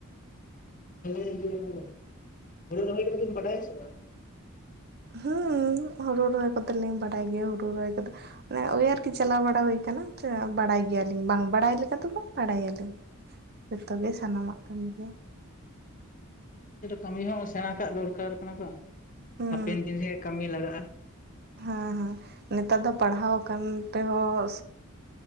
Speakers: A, on the left; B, on the right.
A: ᱦᱮ ᱢᱟᱱᱮ ᱦᱩᱲᱩ ᱨᱚᱦᱚᱭᱟ ᱠᱚᱫᱚ ᱫᱚᱢ ᱵᱟᱹᱭ ᱵᱟᱰᱟᱭᱟ ᱥᱮ ᱵᱟᱝ?
B: ᱦᱮᱸ ᱾ ᱦᱩᱲᱩ ᱨᱚᱦᱚᱭ ᱠᱚᱫᱚ ᱞᱤᱧ ᱵᱟᱰᱟᱭ ᱜᱮᱭᱟ ᱦᱩᱲᱩ ᱨᱚᱦᱚᱭ ᱠᱚᱫᱚ ᱳᱭ ᱟᱨᱠᱤ ᱪᱟᱞᱟᱣ ᱵᱟᱲᱟ ᱦᱩᱭ ᱟᱠᱟᱱᱟ ᱵᱟᱲᱟᱭ ᱾ ᱵᱟᱲᱟᱭ ᱜᱮᱭᱟᱞᱤᱧ ᱵᱟᱝ ᱵᱟᱲᱟᱭ ᱜᱮᱭᱟ ᱫᱚ ᱵᱟᱝ ᱵᱟᱲᱟᱭᱟ ᱞᱤᱧ ᱾ ᱡᱚᱛᱚ ᱜᱮ ᱥᱟᱱᱟᱢᱟᱜ ᱠᱟᱹᱢᱤ ᱜᱮ ᱾
A: ᱠᱟᱹᱢᱤ ᱦᱚᱸ ᱥᱮᱬᱟ ᱠᱟᱜ ᱫᱚᱨᱠᱟᱨ ᱠᱟᱱᱟ ᱵᱟᱝ ᱾
B: ᱦᱩᱸ
A: ᱦᱟᱯᱮᱱ ᱫᱤᱱ ᱨᱮ ᱠᱟᱹᱢᱤ ᱞᱟᱜᱟᱜᱼᱟ ᱾
B: ᱦᱮᱸ ᱦᱮᱸ ᱱᱮᱛᱟᱨ ᱫᱚ ᱯᱟᱲᱦᱟᱣ ᱟᱠᱟᱱ ᱛᱮᱦᱚᱸ